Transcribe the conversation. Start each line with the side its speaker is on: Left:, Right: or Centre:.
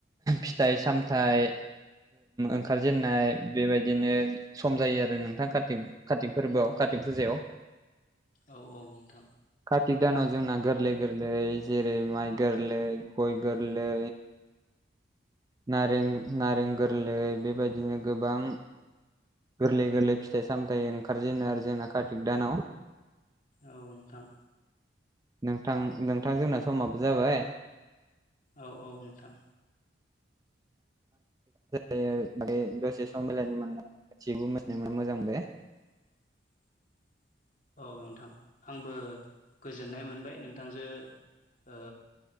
Right: फिथाइ सामथाय ओंखारजेनाय बेबायदिनो सम जायो आरो नोंथां कातिक कातिक फोरबोआव तिक फुजायाव
Left: औ औ नोंथां
Right: कातिक दानाव जोंना गोरलै गोरलै जेरै रै माइ गोरलै गय गोरलै नारें नारें गोरलै बेबायदिनो गोबां गोरलै गोरलै फिथाइ सामथायाइ ओंखारजेनो आरो जोंना कातिक दानाव
Left: औ नोंथां
Right: नोंथां नोंथां जोंना समाबो जाबाय
Left: औ औ नोंथां
Right: जायो दसे सम मिलानि मोन गाससिबो मिथिनाय मोना मोजां बे
Left: <unintelligible> औ नोंथां आंबो गोजोननाय मोनबाय नोंथांजो ओ